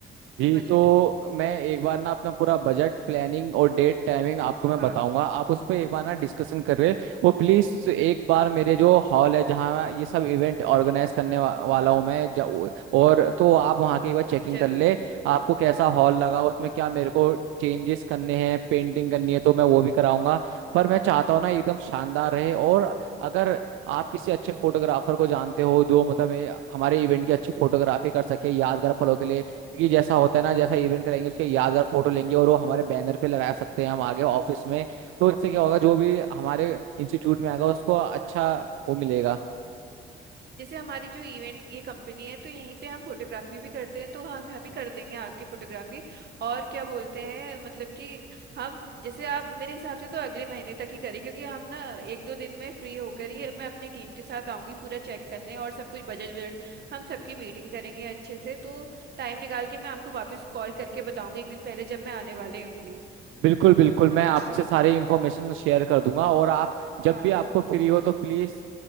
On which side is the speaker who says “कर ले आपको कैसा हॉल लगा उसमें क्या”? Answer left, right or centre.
Right